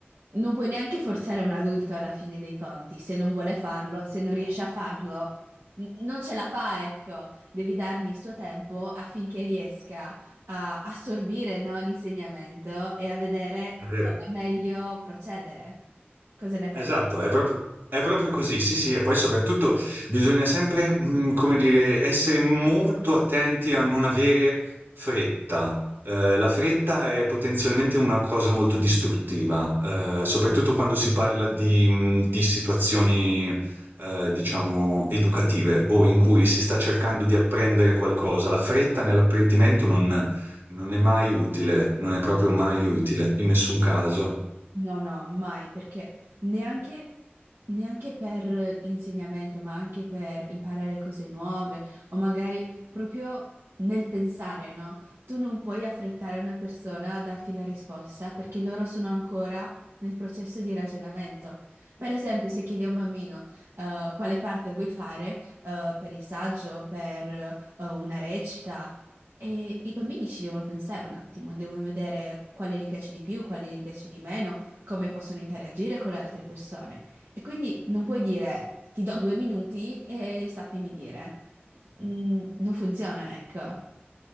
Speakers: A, on the right; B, on the right.
A: Non puoi neanche forzare un adulto alla fine dei conti, se non vuole farlo, se non riesce a farlo, n- non ce la fa, ecco. Devi dargli il suo tempo affinché riesca a assorbire, no, l'insegnamento e a vedere
B: È vero.
A: come meglio procedere. Cosa ne pensi?
B: Esatto, è proprio è proprio così, sì, sì, e poi soprattutto bisogna sempre, mhmm, come dire, essere molto attenti a non avere fretta. Ehm, la fretta è potenzialmente una cosa molto distruttiva, ehm, soprattutto quando si parla di mhmm, di situazioni, ehm, diciamo educative o in cui si sta cercando di apprendere qualcosa. La fretta nell'apprendimento non non è mai utile, non è proprio mai utile, in nessun caso.
A: No, no, mai, perché neanche, neanche per l'insegnamento, ma anche per imparare cose nuove o magari proprio nel pensare, no? Tu non puoi affrettare una persona a darti la risposta perché loro sono ancora nel processo di ragionamento. Per esempio, se chiedi a un bambino eh, quale parte vuoi fare eh, per il saggio, per eh, una recita, e i bambini ci devono pensare un attimo, devono vedere quale gli piace di più, quale gli piace di meno, come possono interagire con le altre persone. E quindi non puoi dire ti do due minuti e sappimi dire. Mm, non funziona, ecco.